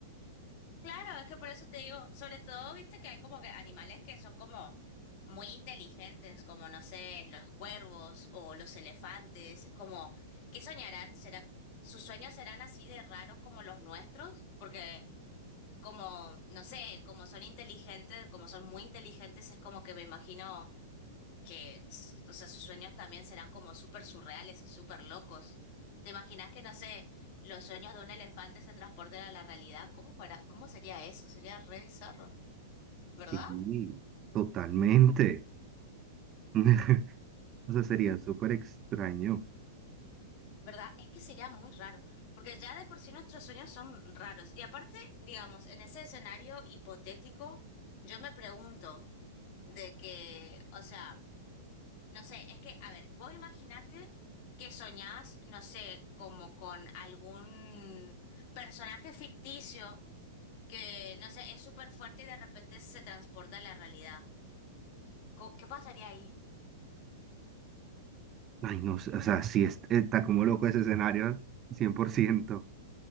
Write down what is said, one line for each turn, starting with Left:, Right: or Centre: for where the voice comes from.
Left: Claro, es que por eso te digo, sobre todo, viste que hay como que animales que son como muy inteligentes, como no sé, los cuervos o los elefantes, es como, ¿qué soñarán? ¿Será, sus sueños serán así de raros como los nuestros? Porque como, no sé, como son inteligentes, como son muy inteligentes, es como que me imagino que, tss, o sea, sus sueños también serán como súper surreales y súper locos. ¿Te imaginas que, no sé, los sueños de un elefante se transporten a la realidad? ¿Cómo fuera? ¿Cómo sería eso? Sería re bizarro, ¿verdad?
Right: Sí, totalmente. <laughs> O sea, sería
Left: Mm.
Right: súper extraño.
Left: ¿Verdad? Es que sería muy raro, porque ya de por sí nuestros sueños son raros. Y aparte, digamos, en ese escenario hipotético, yo me pregunto de que, o sea, No sé, es que, a ver, vos imaginate que soñás, no sé, como con algún personaje ficticio que, no sé, es súper fuerte y de repente se transporta a la realidad. Co- ¿Qué pasaría ahí?
Right: Ay, no sé, o sea, sí es- está como loco ese escenario, cien por ciento